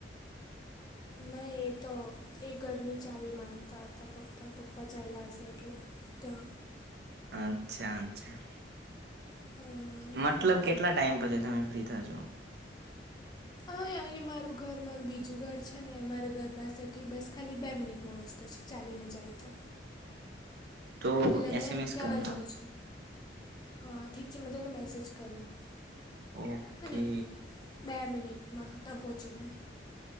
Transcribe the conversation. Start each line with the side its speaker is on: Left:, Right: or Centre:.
Left: નહી એ તો એ ઘરની ચાવી માંગતા હતા. પપ્પા પપ્પા ચયલા હશે એટલા. ત્યા.
Right: અચ્છા અચ્છા.
Left: હા
Right: મતલબ કેટલા ટાઈમ પછી તમે ફ્રી થજો?
Left: અઅહ અહી મારું ઘર મારું બીજું ઘર છે ને મારા ઘર પાસેથી બસ ખાલી બે મિનિટનો રસ્તો છે. ચાલીને જાય તો.
Right: તો
Left: એટલે મેં
Right: એસએમએસ
Left: ત્યાં
Right: કરના
Left: જાઉં છું. અહ હા ઠીક છે મેં તમને મેસેજ કરું.
Right: ઓકે.
Left: હે ને બે મિનિટ માં તા પહોંચી ને.